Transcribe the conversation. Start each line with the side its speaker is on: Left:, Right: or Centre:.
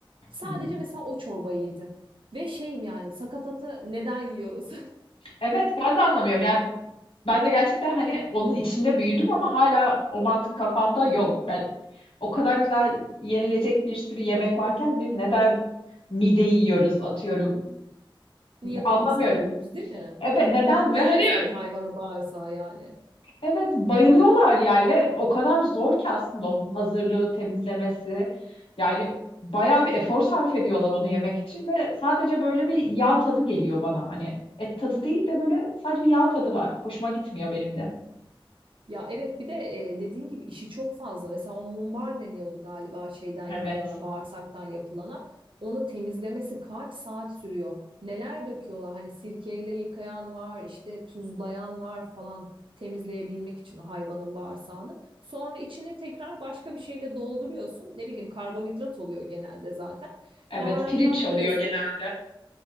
Right: Sadece
Left: Hı hı.
Right: mesela o çorbayı yedim. Ve şeyim yani sakatatı neden yiyoruz?
Left: Evet ben de anlamıyorum. Yani ben de gerçekten hani onun içinde büyüdüm ama hala o mantık kafamda yok. Ben o kadar güzel yenilecek bir sürü yemek varken biz neden mideyi yiyoruz atıyorum.
Right: <laughs> Niye
Left: Anlamıyorum.
Right: bağırsak yiyoruz değil mi?
Left: Evet neden
Right: Niye
Left: ve hani
Right: mesela bir hayvana bağırsağı yani?
Left: Evet bayılıyorlar yani ve o kadar zor ki aslında onun hazırlığı, temizlemesi. Yani bayağı bir efor sarf ediyorlar onu yemek için ve sadece böyle bir yağ tadı geliyor bana. Hani et tadı değil de böyle sadece bir yağ tadı var. Hoşuma gitmiyor benim de.
Right: Ya evet bir de e, dediğin gibi işi çok fazla. Mesela o mumbar deniyordu galiba şeyden
Left: Evet.
Right: yapılana, bağırsaktan
Left: <laughs>
Right: yapılana. Onu temizlemesi kaç saat sürüyor? Neler döküyorlar? Hani sirkeyle yıkayan var, işte tuzlayan var falan temizleyebilmek için hayvanın bağırsağını. Sonra içini tekrar başka bir şeyle dolduruyorsun. Ne bileyim karbonhidrat oluyor genelde zaten.
Left: Evet,
Right: Baharatlandırıyorsun
Left: pirinç oluyor genelde.
Right: ve